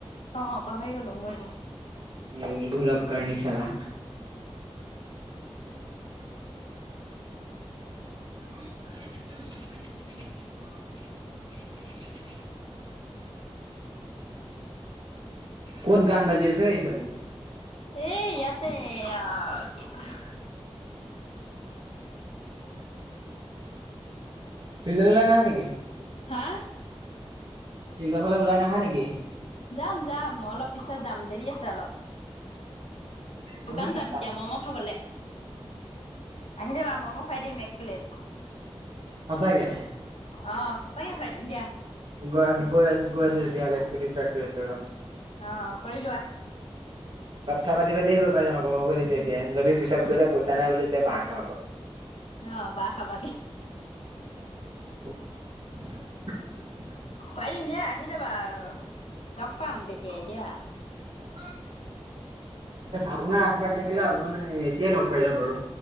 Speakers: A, on the left; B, on the right.
A: অ', পাহৰি গ'লো ময়ো।
B: এই ভোলককৰ্ণি চালা। <inaudible> ক'ত গান বাজি আছে, ঐ ছোৱালী?
A: এ ইয়াতে এইয়া কি কয়
B: ফিল্ডলৈ ওলাই নাহা নেকি?
A: হা?
B: ফিল্ডৰ ফালে ওলাই নাহা নেকি?
A: যাম, যাম, মই অলপ পিছত যাম। দেৰি আছে অলপ।
B: সঁচাকে
A: দোকান যাম এতিয়া ম'ম' খাবলে। আহি যাবা! ম'ম' খুৱাই দিম এক প্লেট।
B: সঁচাকে?
A: অ', সঁচাকে খুৱাই দিম দিয়া।
B: ৱাহ! গৈ আছোঁ, গৈ আছোঁ তেতিয়াহ'লে, স্কুটি ষ্টাৰ্ট কৰি আছোঁ ৰ'বা।
A: অ', কৰি লোৱা।
B: কথা পাতি পাতিয়ে গৈ পাই যাম আকৌ মই কৈ দিছোঁ এতিয়াই, যদি পিছত কৈ দিয়া পইচা নাই বুলি তেতিয়া বাঁহ খাম আকৌ।
A: অ', বাঁহ খাবা।
B: <inaudible>
A: খোৱাই দিম দিয়া। আহি যাবা আৰু লগ পাম তে তেতিয়া।
B: <unintelligible> আপোনাৰ আশীৰ্বাদ থাকিলে আপুনি এতিয়াই লগ পাই যাব পাৰু।